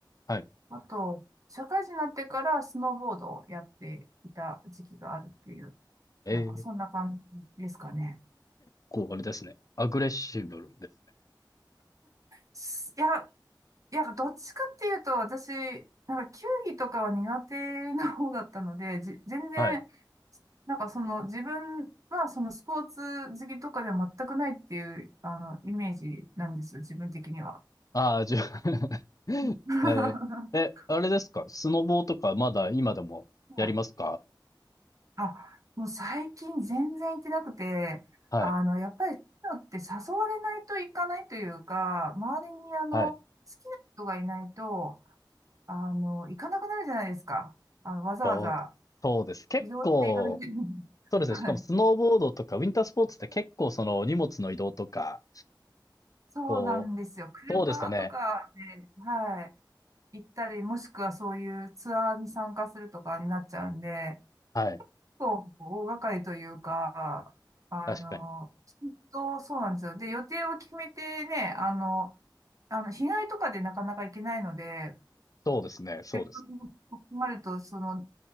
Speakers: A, on the left; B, on the right.
A: はい。
B: あと、社会人になってからスノーボードをやっていた時期があるっていう、
A: えー、
B: なんかそんな感じですかね。
A: 結構あれですね。アグレッシブルですね。
B: すいや、いや、どっちかっていうと、私、なんか球技とかは苦手な方だったので、じ、全然、
A: はい。
B: なんかその自分はそのスポーツ好きとかでは全くないっていう、あの、イメージなんですよ、自分的には。
A: ああ、じゃあ <laughs>
B: <laughs> は
A: えー、え、あれですかスノボーとかまだ今でもやりますか
B: いあ、もう最近全然行ってなくて、
A: はい。
B: あの、やっぱり、そういうのって誘われないと行かないというか、周りにあの、
A: はい。
B: 好きな人がいないと、あの、行かなくなるじゃないですか。あの、わざわざ
A: そう、そうです。結構、
B: 移動していかなきゃいけない。
A: そうですね。
B: <laughs>
A: しかもスノーボードとかウィンタースポーツって結構その荷物の移動とか、
B: はい。そうなんですよ。
A: こう、
B: 車とかで、
A: そうですね。
B: はい、行ったり、もしくはそういうツアーに参加するとかになっちゃうんで、
A: はい。
B: そう、大掛かりというか、あの、
A: 確かに。
B: きっとそうなんですよ。で、予定を決めてね、あの、あの、日帰りとかでなかなか行けないので、
A: そうですね。そうです。
B: せっかく困ると、その、